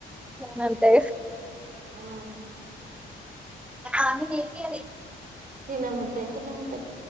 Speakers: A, in the centre; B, on the right.
A: నంతే
B: ఉమ్.
A: ఆమె కేపియాలి
B: తినా బుద్దయితేనే ఉంటది.